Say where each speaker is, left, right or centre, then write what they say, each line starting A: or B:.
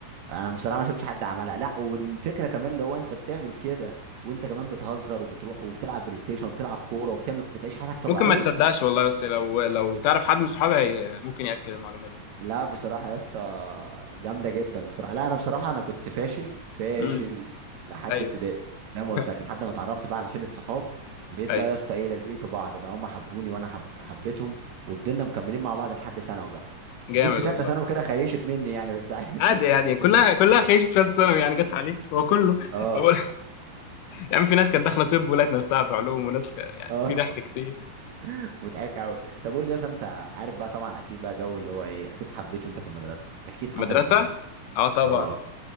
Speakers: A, on the right; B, on the left.
A: انا بصراحه ما شفتش حد عملها لا والفكره كمان اللي هو انت بتعمل كده وانت كمان بتهزر وبتروح وبتلعب بلاي ستيشن وبتلعب كوره وبتعمل بتعيش حياتك طبيعيه
B: ممكن ما تصدقش والله بس لو لو تعرف حد من صحابي هي- ممكن ياكد المعلومه دي
A: لا بصراحة يا اسطى جامدة جدا بصراحة لا أنا بصراحة أنا كنت فاشل فاشل
B: امم
A: لحد
B: ايوه
A: ابتدائي زي ما قلت
B: <laughs>
A: لك لحد ما اتعرفت بقى على شلة صحاب بقيت
B: ايوه
A: بقى يا اسطى إيه لازقين في بعض بقى هم حبوني وأنا حب... حبيتهم وفضلنا مكملين مع بعض لحد ثانوي بقى
B: جامد
A: جيت في تالتة
B: والله
A: ثانوي كده خيشت مني يعني بس عادي
B: عادي يعني
A: <laughs>
B: كلها
A: بس كنت-
B: كلها خيشت ثالث ثانوي يعني جت عليك هو كله
A: اه
B: هو يا عم في ناس كانت داخله طب ولقت نفسها في علوم وناس ك... يعني
A: اه
B: في ضحك كتير
A: <laughs> مضحك قوي طب قول لي يا اسطى أنت عارف بقى طبعا أكيد بقى جو اللي هو إيه أكيد حبيته أنت في المدرسة أكيد حصلت
B: مدرسه
A: معاك دي.
B: اه طبعا
A: اه